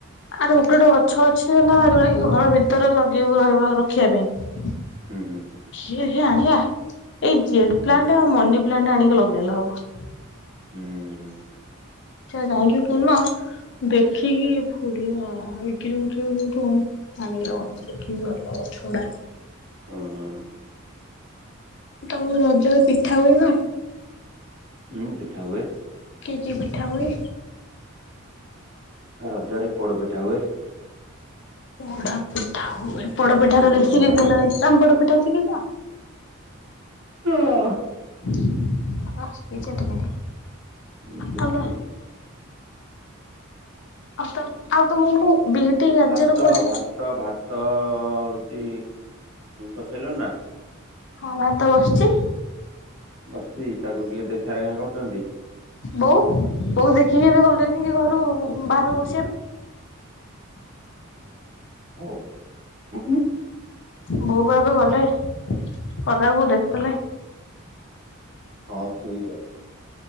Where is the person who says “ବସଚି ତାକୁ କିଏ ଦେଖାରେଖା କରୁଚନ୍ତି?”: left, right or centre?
Right